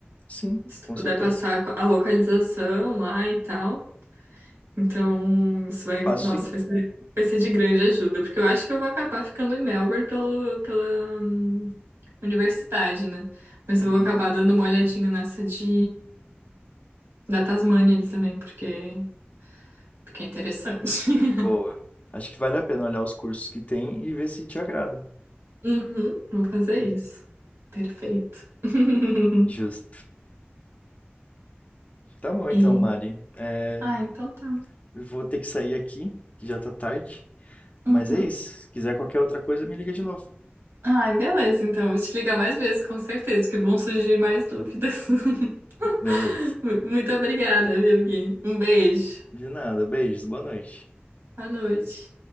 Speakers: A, on the left; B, on the right.
A: Sim,
B: Se tu
A: com
B: puder
A: certeza.
B: passar a localização lá e tal. Então, isso vai,
A: Passo
B: nossa,
A: sim.
B: vai ser, vai ser de grande ajuda, porque eu acho que eu vou acabar ficando em Melbourne pelo, pela hum, universidade, né? Mas
A: Uhum.
B: eu vou acabar dando uma olhadinha nessa de da Tasmânia ali também, porque, porque é interessante. <laughs>
A: Boa. Acho que vale a pena olhar os cursos que tem e ver se te agrada.
B: Uhum, vou fazer isso. Perfeito. <laughs>
A: Justo. Tá bom então,
B: E...
A: Mari. É,
B: Ah, então tá.
A: eu vou ter que sair aqui, que já tá tarde.
B: Uhum.
A: Mas é isso. Se quiser qualquer outra coisa, me liga de novo.
B: Ai, beleza, então. Vou te ligar mais vezes, com certeza, que vão surgir mais dúvidas. <laughs>
A: Beleza.
B: Mu- Muito obrigada, viu, Gui? Um beijo.
A: De nada. Beijos. Boa noite.
B: Boa noite.